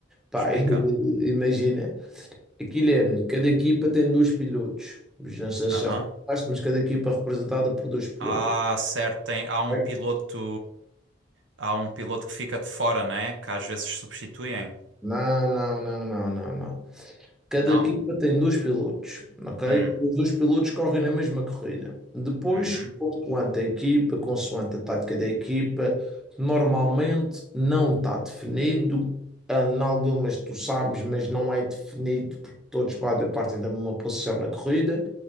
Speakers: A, in the centre; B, on the right.
A: Pá,
B: Explica.
A: <laughs> eh, imagina, aquilo é, cada equipa tem dois pilotos. Não sei se
B: Aham.
A: já reparaste, mas cada equipa é representada por dois pilotos.
B: Ah, certo. Tem, há um
A: ok?
B: piloto, há um piloto que fica de fora, né? Que às vezes substituem.
A: Não, não, não, não, não, não. Cada
B: Não?
A: equipa tem dois pilotos, ok?
B: Hum.
A: Os dois pilotos correm na mesma corrida. Depois,
B: Uhum.
A: consoante a equipa, consoante a tática da equipa, normalmente não está definido. Ah, Em algumas tu sabes, mas não é definido porque todos partem partem da mesma posição na corrida